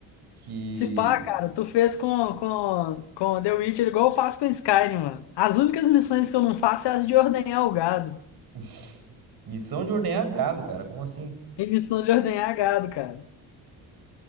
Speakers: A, on the right (about 65°); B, on the left (about 80°).
A: Que.
B: se pá, cara, tu fez com, com, com The Witcher igual eu faço com Skyrim, mano. As únicas missões que eu não faço é as de ordenhar o gado.
A: <laughs> Missão de ordenhar gado, cara, como assim?
B: Tem missão de ordenhar gado, cara.